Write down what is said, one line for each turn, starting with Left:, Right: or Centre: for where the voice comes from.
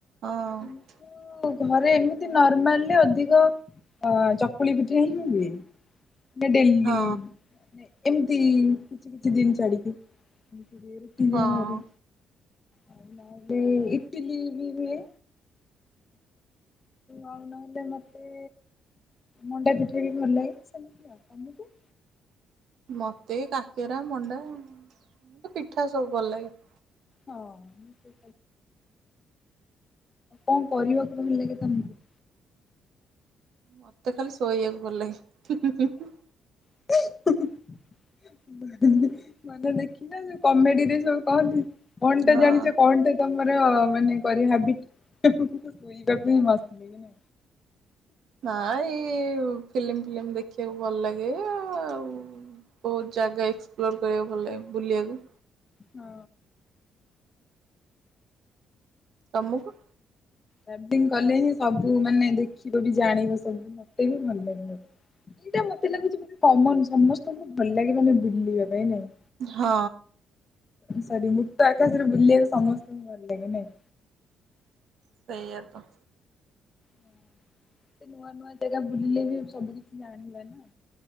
Right: ହଁ।
Left: କିନ୍ତୁ ଘରେ ଏମିତି ନର୍ମାଲରେ ଅଧିକ ହଁ ଚକୁଳି ପିଠା ହିଁ ହୁଏ ଡେଲି
Right: ହଁ
Left: ଏମିତି କିଛି କିଛି ଦିନି ଛାଡିକି ରୁଟି
Right: ହଁ
Left: ଆଉ ନହେଲେ ଇଟିଲି ବି ହୁଏ। ଆଉ ନହେଲେ ମୋତେ ମଣ୍ଡା ପିଠା ବି ଭଲ ଲାଗେ ସେମିତି ଆଉ ତମକୁ?
Right: ମତେ କାକେରା ମଣ୍ଡା ମତେ ପିଠା ସବୁ ଭଲ ଲାଗେ।
Left: ହଁ ମୁ କଣ କରିବାକୁ ଭଲ ଲାଗେ ତମକୁ?
Right: ମତେ ଖାଲି ଶୋଇବାକୁ ଭଲ ଲାଗେ।
Left: <inaudible> ମାନେ ମାନେ ଦେଖିଚ ନା କମେଡିରେ ସବୁ କହନ୍ତି। କଣ
Right: ହଁ
Left: ଟେ ଜାଣିଛ କଣ ଟେ ତମର ମାନେ କରି ହାବିଟ ଶୋଇବାକୁ ହିଁ ମସ୍ତ ଲାଗେ ନା।
Right: ନା ଏଇ ଫିଲ୍ମ ଫିଲ୍ମ ଦେଖିବାକୁ ଭଲ ଲାଗେ ଆଉ। ବୋହୁତ ଜାଗା ଏକ୍ସପ୍ଲୋର କରିବାକୁ ଭଲ ଲାଗେ ବୁଲିବାକୁ
Left: ହଁ।
Right: ତମକୁ?
Left: ଚାଟିଙ୍ଗ କଲେ ହିଁ ସବୁ ମାନେ ଦେଖିବ ବି ଜାଣିବ ସବୁ ମତେ ବି ଭଲ ଲାଗିବ। ଏଇଟା ମତେ ଲାଗୁଛି ଗୋଟେ କମନ ସମସ୍ତଙ୍କୁ ଭଲ ଲାଗେ ମାନେ ବୁଲିବା ପାଇଁ ନାଇଁ।
Right: ହଁ।
Left: ସରି ମୁକ୍ତ ଆକାଶରେ ବୁଲିବାକୁ ସମସ୍ତଙ୍କୁ ଭଲ ଲାଗେ ନାଇଁ।
Right: ସେଇଆ ତ।
Left: ଏତେ ନୂଆ ନୂଆ ଜାଗା ବୁଲିଲେ ବି ସବୁ କିଛି ଜାଣିବା ନା?